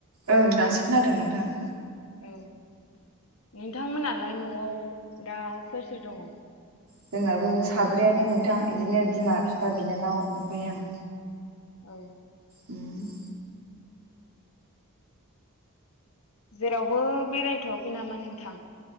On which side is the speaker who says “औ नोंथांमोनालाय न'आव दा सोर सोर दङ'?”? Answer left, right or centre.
Left